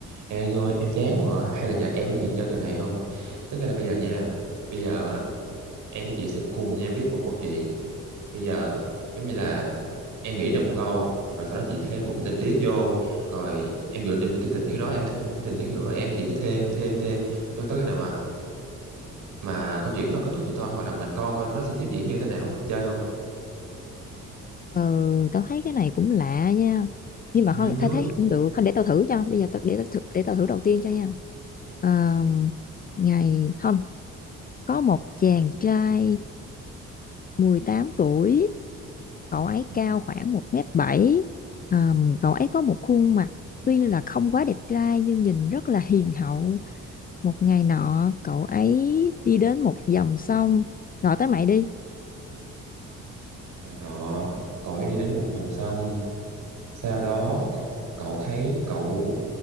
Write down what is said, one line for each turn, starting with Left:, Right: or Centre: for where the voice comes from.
Right: Ê anh ơi em chán quá à. Hay là giờ em với chị chơi trò này không? Tức nghĩa là bây giờ nha Bây giờ á em với chị sẽ cùng nhau viết một câu chuyện Bây giờ giống như là em nghĩ ra một câu Rồi sau đó chị thêm một cái tình tiết vô Rồi em dựa trên cái tình tiết đó em thêm một cái tình tiết nữa Em chỉ cứ thêm thêm thêm Cho tới cái nào mà mà câu chuyện nó kết thúc vậy thôi Hoặc là mình coi coi nó sẽ tiếp diễn như thế nào á Chơi không?
Left: Ừ, tao thấy cái này cũng lạ nha. Nhưng mà
Right: Ừ,
Left: thôi,
Right: vui
Left: tao thấy cũng được. Thôi để tao thử cho. Bây giờ tao, để tao thử, để tao thử đầu tiên cho nha. Ờ, ngày không, có một chàng trai 18 tuổi. Cậu ấy
Right: Ừ.
Left: cao khoảng 1m7. cậu ấy có một khuôn mặt tuy là không quá đẹp trai nhưng nhìn rất là hiền hậu. Một ngày nọ, cậu ấy đi đến một dòng sông. Gọi tới mày đi.
Right: Ngày nọ cõi đi đến một dòng sông sau đó cậu thấy cậu